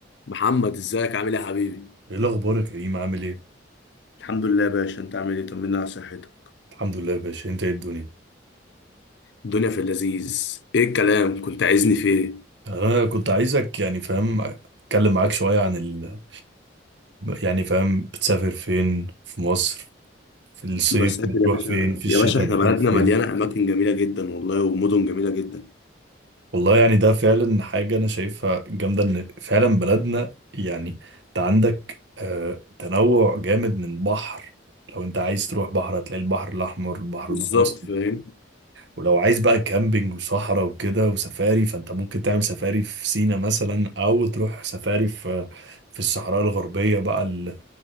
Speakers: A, on the left; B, on the right.
A: محمد ازيك عامل ايه يا حبيبي
B: ايه الاخبار يا كريم عامل ايه
A: الحمد لله يا باشا انت عامل ايه طمنا على صحتك
B: الحمد لله يا باشا انت ايه الدنيا
A: الدنيا في اللذيذ ايه الكلام كنت عايزني في ايه
B: انا كنت عايزك يعني فاهم اتكلم معاك شويه عن ال... يعني فاهم بتسافر فين في مصر في الصيف
A: بسافر
B: بتروح
A: يا باشا
B: فين في الشتاء
A: يا باشا احنا
B: بتروح
A: بلدنا
B: فين
A: مليانة أماكن جميلة جدا والله ومدن جميلة جدا
B: والله يعني ده فعلا حاجه انا شايفها جامده ان فعلا بلدنا يعني انت عندك آه، تنوع جامد من بحر لو انت عايز تروح بحر هتلاقي البحر الاحمر البحر
A: بالظبط
B: المتوسط
A: فاهم
B: ولو عايز بقى كامبينج وصحراء وكده وسفاري فانت ممكن تعمل سفاري في سينا مثلا او تروح سفاري في في الصحراء الغربية بقى ال